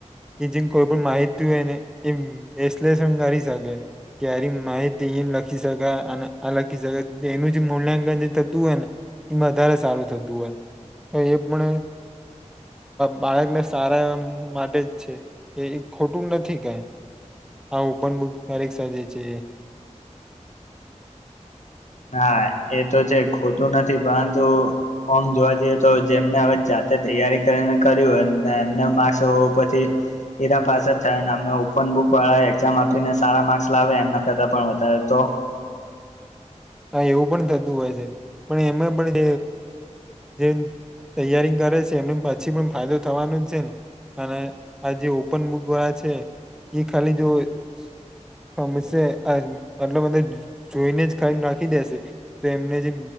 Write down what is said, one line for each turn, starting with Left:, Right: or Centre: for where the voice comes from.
Centre: એ જેમ કોઈ પણ માહિતી હોય ને, એ એસલેસન કરી શકે. ક્યારે માહિતી એ લખી શકાય અને અ લખી શકાય, એનું જે મૂલ્યાંકન જે થતું હોય ને એમાં વધારે સારું થતું હોય, તો એ પણ બાળકને સારા એ માટે જ છે. એ ખોટું નથી કંઈ. આ ઓપન બુક ત્યારે જ સજે છે.
Left: હા, એ તો છે, ખોટું નથી. પરંતુ આમ જોવા જઈએ તો, જેમને હવે જ જાતે તૈયારી કરી હોય અને એમને માર્ક્સ ઉપરથી સીધા પાસે થાય, એમના ઉપર બુક વાળા એક્ઝામ આપીને સારા માર્ક્સ લાવે એમના કરતા પણ વધારે તો?
Centre: હા એવું પણ થતું હોય છે. પણ એમાં પણ જે તૈયારી કરે છે એમનું પછી પણ ફાયદો થવાનો જ છે ને. અને આ જે ઓપન બુક વાળા છે એ ખાલી જો <unintelligible> મતલ બા જોઈને જ ખાઈને નાખી દેશે તો એમને જે